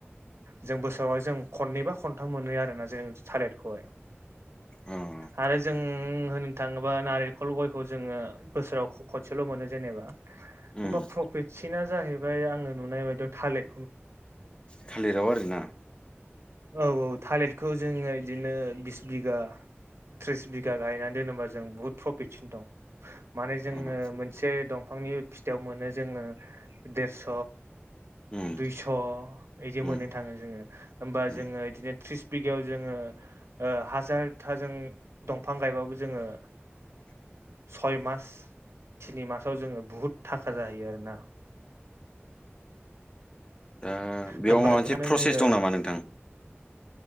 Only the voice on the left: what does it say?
अ
उम
थालिराव आरो ना
अ
उम
उम
उम
<inaudible>
दा ओ बेयाव
माबा मोनसे
प्रसेस
दं नामा नोंथां